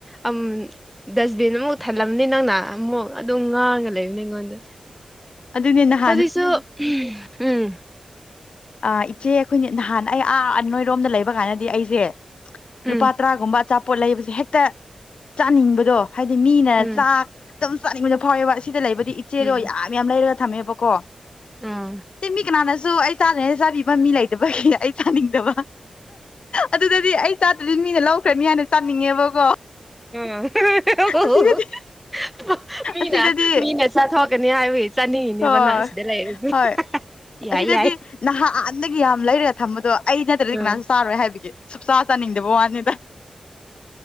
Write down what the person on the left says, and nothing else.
ꯑꯗꯨꯅꯦ __
ꯑ ꯏꯆꯦ ꯑꯩꯈꯣꯏꯅ ꯅꯍꯥꯟ ꯑꯩ ꯑꯥ ꯅꯣꯏꯔꯣꯝꯗ ꯂꯩꯕ ꯀꯥꯟꯗꯗꯤ ꯑꯩꯁꯦ
ꯂꯨꯄꯥ ꯇꯔꯥꯒꯨꯝꯕ_ _ ꯑꯆꯥꯄꯣꯠ ꯂꯩꯕꯁꯦ ꯍꯦꯠꯇ ꯆꯥꯅꯤꯡꯕꯗꯣ ꯍꯥꯏꯗꯤ ꯃꯤꯅ
ꯆꯥꯛ_ _ ꯑꯗꯨꯝ ꯆꯥꯅꯤꯡꯕꯗꯣ ꯐꯥꯎꯋꯦꯕ ꯁꯤꯗ ꯂꯩꯕꯗꯤ ꯏꯆꯦꯗꯣ
ꯌꯥꯝ ꯌꯥꯝ ꯂꯩꯔꯒ ꯊꯝꯃꯦꯕꯀꯣ꯫
ꯁꯤ ꯃꯤ ꯀꯅꯥꯅꯁꯨ ꯑꯩ ꯆꯥꯗ꯭ꯔꯤꯉꯩ ꯆꯥꯕꯤꯕ ꯃꯤ ꯂꯩꯇꯕꯒꯤ ꯑꯩ ꯆꯥꯅꯤꯡꯗꯕ꯫ ꯑꯗꯨꯗꯗꯤ ꯑꯩ ꯆꯥꯗ꯭ꯔꯗꯤ ꯃꯤꯅ ꯂꯧꯈ꯭ꯔꯅꯤ ꯍꯥꯏꯅ ꯆꯥꯅꯤꯡꯉꯦꯕꯀꯣ꯫
ꯑꯁꯤꯗꯗꯤ ꯑꯁꯤꯗꯗꯤ
ꯍꯣꯏ
ꯍꯣꯏ
ꯑꯁꯤꯗꯗꯤ
ꯅꯍꯥꯟꯗꯒꯤ ꯌꯥꯝ ꯂꯩꯔꯒ ꯊꯝꯕꯗꯣ ꯑꯩ ꯅꯠꯇ꯭ꯔꯗꯤ
ꯀꯅꯥꯁꯨ ꯆꯥꯔꯣꯏ ꯍꯥꯏꯕꯤꯒꯦ꯫ ꯁꯨꯛꯆ ꯆꯥꯅꯤꯡꯗꯕ ꯆꯥꯅꯤꯗ꯫